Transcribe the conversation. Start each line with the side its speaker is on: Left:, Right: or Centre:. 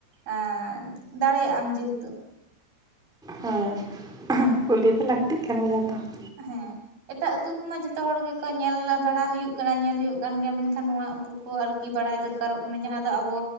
Right: ᱟᱸ ᱫᱟᱲᱮᱭᱟᱜ ᱟᱢ ᱡᱮᱦᱮᱛᱩ ᱾
Centre: ᱦᱮᱸ, <inaudible> ᱠᱩᱞᱤ ᱫᱚ ᱞᱟᱠᱛᱤᱜ ᱠᱟᱱ ᱜᱮᱭᱟ ᱛᱚ ᱾
Right: ᱦᱮᱸ ᱾ ᱮᱴᱟᱜ ᱟᱹᱛᱩ ᱠᱚᱢᱟ ᱡᱷᱚᱛᱚ ᱦᱚᱲ ᱜᱮᱠᱚ ᱧᱮᱞ ᱵᱟᱲᱟ ᱦᱩᱭᱩᱜ ᱠᱟᱱᱟ ᱧᱮᱞ ᱦᱩᱭᱩᱜ ᱠᱟᱱ ᱜᱮᱭᱟ ᱢᱮᱱᱠᱷᱟᱱ ᱱᱚᱣᱟ ᱩᱛᱩ ᱠᱚ ᱟᱨᱠᱤ ᱵᱟᱲᱟᱭ ᱫᱚᱨᱠᱟᱨᱚᱜ ᱠᱟᱱᱟ ᱡᱟᱦᱟᱸ ᱫᱚ ᱟᱵᱚ